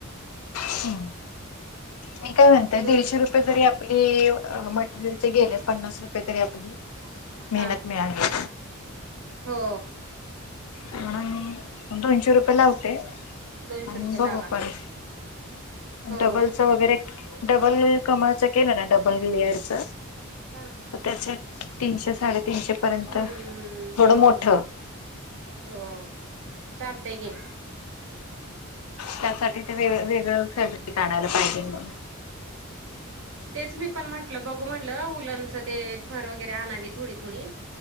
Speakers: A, on the left (about 85°); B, on the right (about 65°).
A: हम् मी काय म्हणतय
B: दोन
A: दीडशे रुप ते जरी आपली मटेरियलचे गेले पन्नास रुपये तरी आपली मेहनत
B: हा
A: मिळाली
B: हो
A: ह दोनशे रुपये लावते
B: दोनशे
A: आणि
B: रुपये
A: बघु
B: लावा
A: आपण
B: हो
A: डबलच वगैरे डबल कमळच केलं ना डबल लेअरच
B: हा
A: तर त्याचे तीनशे साडेतीनशेपर्यंत
B: हम्म
A: थोडं
B: हो
A: मोठं.
B: हो चालतय घे
A: त्यासाठी ते वेग वेगळं फॅब्रिक आणायला पाहिजे मग
B: तेच मी पण म्हटलं बघू म्हटलं उलानच ते फर वगैरे आणावे थोडी, थोडी